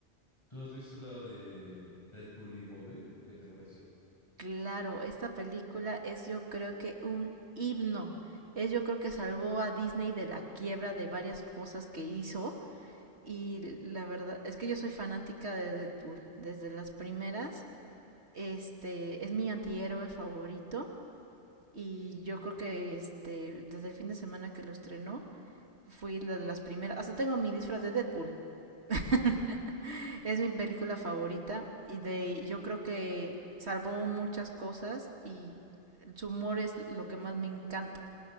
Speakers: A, on the left; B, on the right.
A: ¿Tú has visto la de Deadpool y Wolverine? ¿Qué te pareció?
B: Claro, esta película es yo creo que un himno. Es yo creo que salvó a Disney de la quiebra de varias cosas que hizo. Y la verdad es que yo soy fanática de Deadpool desde las primeras. Este es mi antihéroe favorito y yo creo que este desde el fin de semana que lo estrenó fui la de las primeras, hasta tengo mi disfraz de Deadpool. <laughs> es mi película favorita y de yo creo que salvó muchas cosas y su humor es lo que más me encanta.